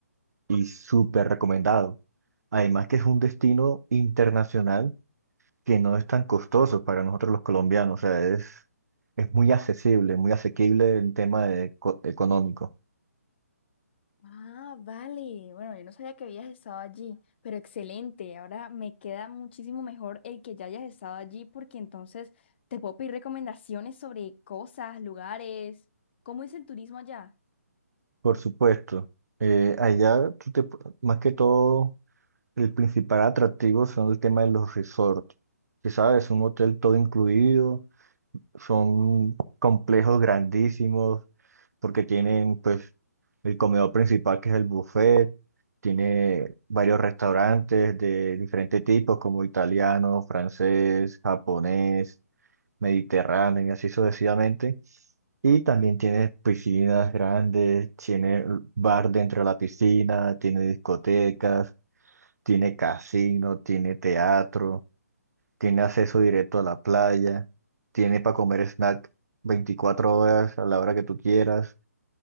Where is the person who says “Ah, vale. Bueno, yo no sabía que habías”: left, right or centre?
Left